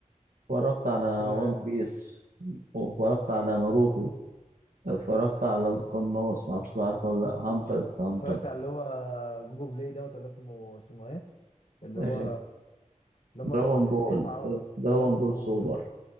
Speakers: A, on the right (about 85°); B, on the left (about 55°).
A: اتفرجت على
B: كل
A: وان
B: حاجه ز-
A: بيس واتفرجت على ناروتو اتفرجت على القناص ما اعرفش عارفه ولا لا هانتر اكس هانتر
B: اتفرجت على اللي هو جوجو بلاي دوت ولا اسمه اسمه ايه اللي
A: إيه،
B: هو اللي هم
A: دراغون
B: كانوا بي...
A: بول
B: ليه مع
A: دراغون
B: دراجون
A: بول
B: بول
A: سوبر